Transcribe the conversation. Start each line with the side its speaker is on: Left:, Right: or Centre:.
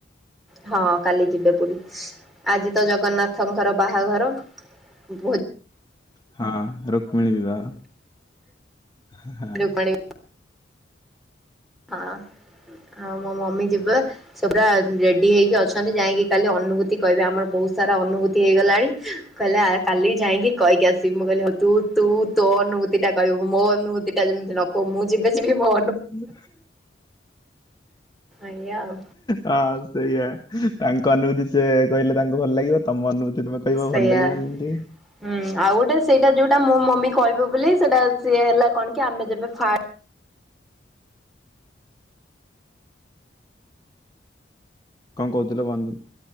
Centre: ହଁ କାଲି ଯିବେ ପୁରୀ। ଆଜି ତ ଜଗନ୍ନାଥଙ୍କର ବାହାଘର ଭୋ
Left: ହଁ ରୁକ୍ମିଣୀ ବିବାହ। ଖ
Centre: ରୁକ୍ମଣୀ ହଁ। ଆ ମୋ ମମି ଯିବ ସେଗୁୁରା ରେଡି ହେଇକି ଅଛନ୍ତି ଯାଇକି କାଲି ଅନୁଭୂତି କହିବେ ଆମର ବହୁତ ସାରା ଅନୁଭୂତି ହେଇଗଲାଣି କହିଲେ କାଲିି ଯାଇକି କହିକି ଆସିବି ମୁଁ କହିଲି ହଉ ତୁ ତୁ ତୋ ଅନୁଭୂତି ଟା କହିବୁ ମୋ ଅନୁଭୂତି ଟା ଯେମିତି ନ ଖାଉ ମୁଁ ଯିବି ଯିବିଭ
Left: ହୁଁ
Centre: ଏଇଆ ଆଉ
Left: ହଁ ସେଇଆ ତାଙ୍କ ଅନୁଭୂତି ସେ କହିଲେ ତାଙ୍କୁ ଭଲ ଲାଗିବତ ତମ ଅନୁଭୂତିେ କହିବ
Centre: ସେଇଆ।
Left: ଭଲ ଲାଗିବ ଯେମତି
Centre: ହୁଁ ଆଉ ଗୋଟେ ସେଇଟା ଯୋଉଟା ମୋ ମମି କହିବେ ବୋଲି ସେଇଟା ସିଏ ହେଲା କଣ କି ଆମେ ଯେବେ ଫା
Left: କଣ କହୁଥିଲ ବାନ୍ତିୀ